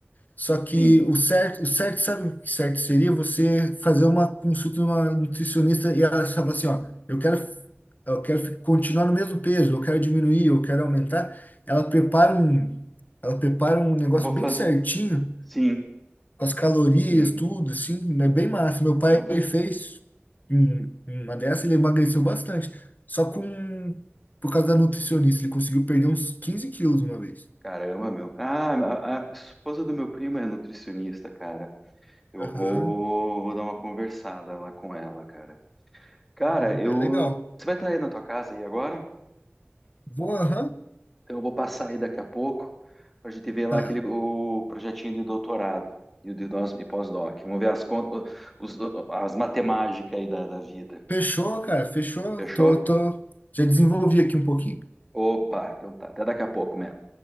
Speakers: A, on the left; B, in the centre.
A: Só que
B: sim,
A: o certo, o certo, sabe o que certo seria você fazer uma consulta numa nutricionista e ela falar assim, ó, eu quero, eu quero fi- continuar no mesmo peso, eu quero diminuir, eu quero aumentar. Ela prepara um, ela prepara um negócio
B: eu vou fazer,
A: bem certinho,
B: sim,
A: com as calorias,
B: sim,
A: tudo, assim, é bem massa. Meu pai,
B: eu vou.
A: ele fez um- uma dessa, ele emagreceu bastante, só com, por causa da nutricionista, ele conseguiu perder uns 15 quilos uma vez.
B: Caramba, meu. Ah, a, a esposa do meu primo é nutricionista, cara. Eu
A: Aham,
B: vou, vou dar uma conversada lá com ela, cara. Cara,
A: é,
B: eu.
A: é legal.
B: Você vai estar aí na tua casa aí agora?
A: Vou, aham,
B: Então eu vou passar aí daqui a pouco para a gente ver lá
A: tá.
B: aquele o projetinho de doutorado e o de nós e pós-doc. Vamos ver as contas, os- as matemáticas aí da, da vida.
A: Fechou, cara, fechou.
B: Fechou?
A: Tô, tô. Já desenvolvi aqui um pouquinho.
B: Opa, então tá. Até daqui a pouco, mesmo.